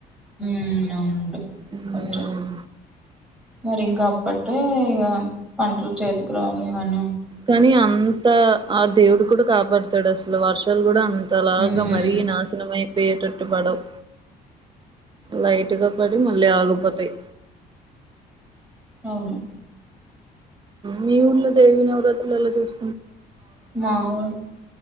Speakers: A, in the centre; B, on the right (about 30°).
A: ఉ అవును అండి
B: హ్మ్.
A: కొంచం మరి ఇంకా అప్పట్ ఇక పంటలు చేతికి రావడం గాని
B: కానీ అంత ఆ దేవుడు కూడా కాపాడతాడు అసలు వర్షాలు కూడా అంతలాగా
A: ఉమ్
B: మరీ నాశనమై పోయేటట్టు పాడవ్ లైట్గా పడి మళ్ళీ ఆగిపోతాయి
A: అవును
B: మీ ఊర్లో దేవి నవరాత్రిలు ఎలా చేసు
A: మా ఊ